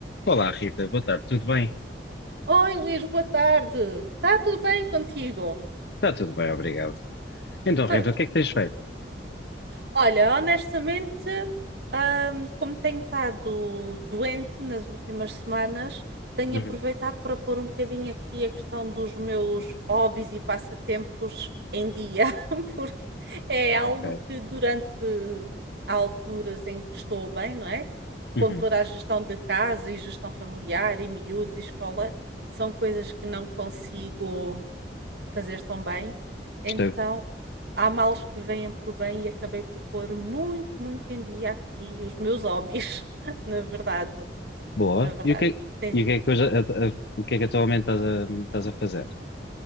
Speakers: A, on the left (about 65°); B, on the right (about 65°).
A: Olá, Rita, boa tarde, tudo bem?
B: Oi Luís, boa tarde. Está tudo bem contigo?
A: Está tudo bem, obrigado. Então,
B: Tá.
A: Rita, o que é que tens feito?
B: Olha, honestamente, ahm, como tenho estado doente nas últimas semanas, tenho
A: Uhum,
B: aproveitado para pôr um bocadinho aqui a questão dos meus hobbies e passatempos em dia, <laughs> porque é algo
A: ok.
B: que durante há alturas em que estou bem, não é?
A: Uhum,
B: Com toda a gestão de casa e gestão familiar e miúdos e escola, são coisas que não consigo. fazer tão bem. Então,
A: percebo.
B: há males que vêm por bem e acabei por pôr muito, muito em dia aqui os meus hobbies, <laughs> na verdade,
A: Boa.
B: na verdade.
A: E o que, é,
B: Tem-
A: e o que é que, hoje, a- a- o que é que atualmente estás a, estás a fazer?